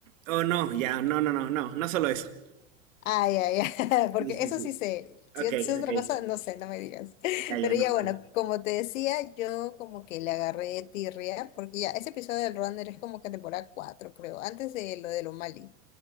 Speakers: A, on the right; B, on the left.
A: Oh, no, ya, no, no, no, no, no solo eso.
B: Ay, ay, ay, <laughs> porque
A: Sí, sí,
B: eso
A: sí.
B: sí sé. Si
A: Ok,
B: es si es otra
A: ok,
B: cosa, no sé, no me digas. <laughs>
A: ya, ya,
B: Pero
A: no,
B: ya
A: no,
B: bueno,
A: no.
B: como te decía, yo como que le agarré tirria, porque ya ese episodio del Runner es como que temporada 4, creo, antes de lo de O'Malley,